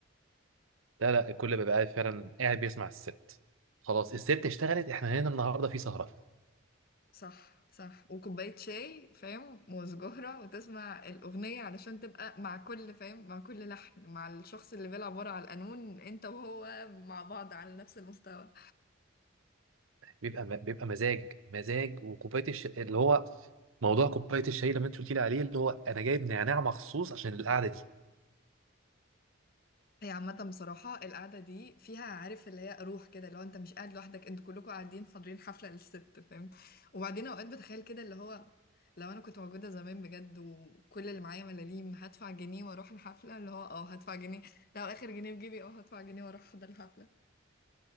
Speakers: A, on the right; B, on the left.
A: لا لا الكل بيبقى قاعد فعلا قاعد بيسمع الست خلاص الست اشتغلت احنا هنا النهارده في سهره
B: صح صح وكوباية شاي فاهم وسجارة وتسمع الأغنية علشان تبقى مع كل فاهم مع كل لحن مع الشخص اللي بيلعب ورا على القانون انت وهو مع بعض على نفس المستوى
A: بيبقى م... بيبقى مزاج مزاج وكوبايه الش... اللي هو موضوع كوبايه الشاي اللي انت قلت لي عليه اللي هو انا جايب نعناع مخصوص عشان القعده دي
B: هي عامة بصراحة القعدة دي فيها عارف اللي هي روح كده اللي هو انت مش قاعد لوحدك انتوا كلكم قاعدين حاضرين حفلة للست فاهم وبعدين اوقات بتخيل كده اللي هو لو انا كنت موجودة زمان بجد وكل اللي معايا ملاليم هدفع جنيه واروح الحفلة اللي هو اه هدفع جنيه لو اخر جنيه في جيبي اه هدفع جنيه واروح احضر الحفلة